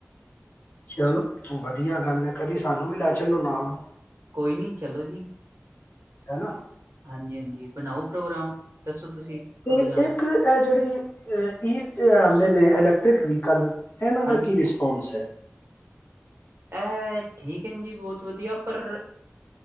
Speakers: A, on the left; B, on the right.
A: ਚਲੋ ਵਧੀਆ ਗੱਲ ਹੈ ਕਦੀ ਸਾਨੂੰ ਵੀ ਲੈ ਚੱਲੋ ਨਾਲ,
B: ਕੋਈ ਨੀ ਚਲੋ ਜੀ,
A: ਹਨਾ,
B: ਹਾਂਜੀ-ਹਾਂਜੀ, ਬਣਾਓ ਪ੍ਰੋਗਰਾਮ ਦੱਸੋ? ਤੁਸੀਂ ਕਦੋਂ
A: ਤੇ
B: ਜਾਣਾ
A: ਇੱਕ ਹੈ ਜਿਹੜੀ, ਅ ਅਨ ਇਲਕਟ੍ਰਿਕ ਵਲ ਇਹਨਾਂ ਦਾ
B: ਹਾਂਜੀ,
A: ਕੀ ਰਿਸਪੋਂਸ ਹੈ,
B: ਇਹ ਠੀਕ ਹੈ ਜੀ ਬਹੁਤ ਵਧੀਆ ਪਰ